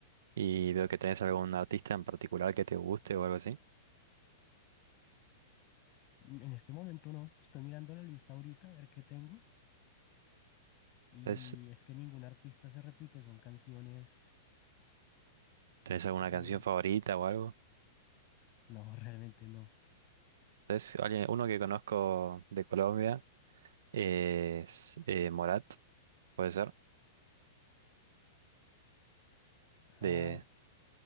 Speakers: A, on the right; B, on the left.
A: Y veo que tenés algún artista en particular que te guste o algo así.
B: En este momento no, estoy mirando la lista ahorita a ver qué tengo y
A: ¿Tenés,
B: es que ningún artista se repite, son canciones...
A: tenés alguna
B: eh,
A: canción favorita o algo?
B: no, <laughs> realmente no.
A: ¿Tenés alguien, uno que conozco de Colombia es eh, Morat, puede ser.
B: Ah,
A: De...